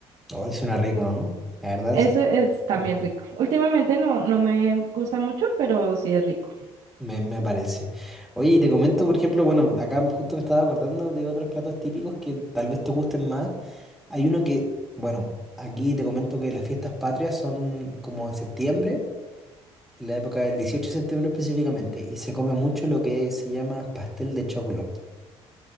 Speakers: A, in the centre; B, on the right.
A: hoy suena rico, ¿no? La verdad,
B: Eso
A: suena
B: es también
A: bueno,
B: rico. Últimamente no, no me gusta mucho, pero sí es rico.
A: me, me parece. Oye, y te comento, por ejemplo, bueno, acá justo me estaba acordando de otros platos típicos que tal vez te gusten más. Hay uno que, bueno, aquí te comento que las fiestas patrias son como en septiembre, en la época del 18 de septiembre específicamente, y se come mucho lo que se llama pastel de choclo.